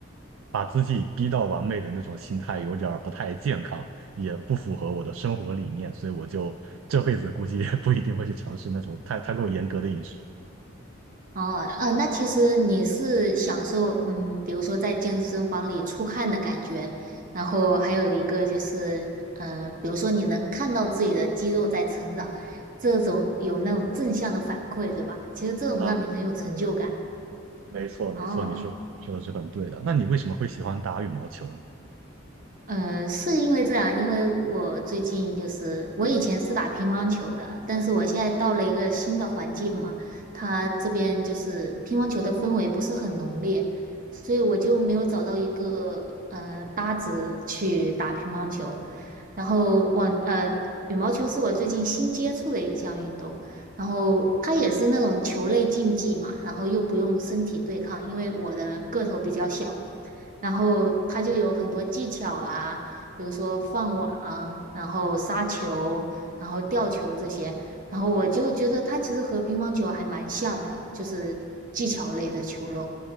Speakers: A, on the right; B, on the right.
A: 把自己逼到完美的那种心态，有点儿不太健康，也不符合我的生活理念，所以我就这辈子估计也不一定会去尝试那种太太过严格的饮食。
B: 哦，呃，那其实你是享受，嗯，比如说在健身房里出汗的感觉，然后还有一个就是，嗯、比如说你能看到自己的肌肉在成长，这种有那种正向的反馈，对吧？其实这种让你很有成就感。
A: 啊，对，没错，
B: 哦，
A: 没错，你说说的是很对的。那你为什么会喜欢打羽毛球呢？
B: 嗯，是因为这样，因为我最近就是我以前是打乒乓球的，但是我现在到了一个新的环境嘛，他这边就是乒乓球的氛围不是很浓烈，所以我就没有找到一个呃搭子去打乒乓球。然后网呃羽毛球是我最近新接触的一项运动，然后它也是那种球类竞技嘛，然后又不用身体对抗，因为我的个头比较小。然后它就有很多技巧啊，比如说放网，然后杀球，然后吊球这些。然后我就觉得它其实和乒乓球还蛮像的，就是技巧类的球类，